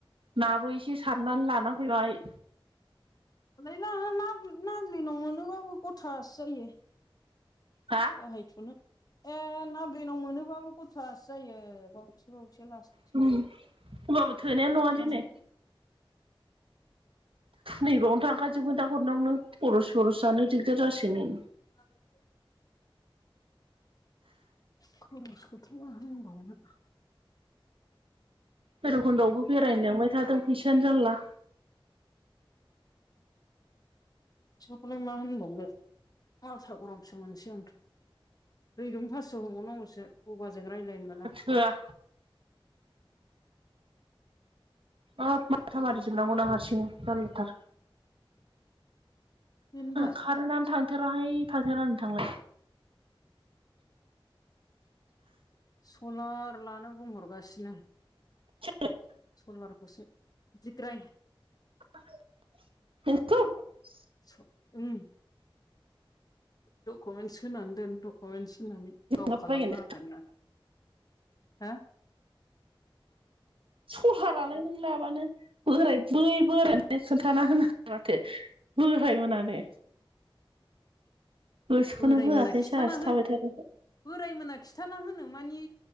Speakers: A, on the right (about 70°); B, on the left (about 45°).
A: नाबो एसे सारनानै लाना फैबाय।
B: <unintelligible>
A: हा?
B: बाहायथ'नो ए नाब्लेनाव मोनोबाबो गथासो जायो बावैसो बावैसो लास
A: होमबाबो थोनायानो नङा दिनै
B: <unintelligible>
A: नैबाव थांखाजोबगोन दा हरनायावनो खरस सरस जानो दिगदार जासिगोनै।
B: <inaudible> खरसखौथ' मा होनबावनो।
A: भैरबखुन्दआवबो बेरायनो लेंबाय थादों फैसायानो जाल्ला।
B: फैसाखौलाय मा होनबावनो माथा गरमसो मोनसै आं। रैरुबनो फास्स' होबावनांगौसो गबाजों रायलायनो मोना।
A: होआ ओत माथा मारि जोबनांगौना हारसिं जारलाथार।
B: बेनो दा
A: खारोनानो थां थोराहाय थाथेरानो थांला
B: सलार लानो बुंहरगासिनो।
A: <inaudible>
B: सलारखौसो बिग्राय
A: <unintelligible>
B: <unintelligible> उम डकुमेन्टस होनानै दोन डकुमेन्टस होनानै गाव
A: माबाबायगोन
B: खालामना होगोन होनना। हा?
A: सहारालाय नों लाबानो बोराय बै बोरायानो खोन्थाना होनो <inaudible> माथो। बोरायमोनानो। गोसोखोनो
B: बोराय
A: होआखै
B: मोना खिन्थाना
A: जोहासो
B: होनो
A: थाबाय थादो दा।
B: बोराय मोना खिथाना होनो मानि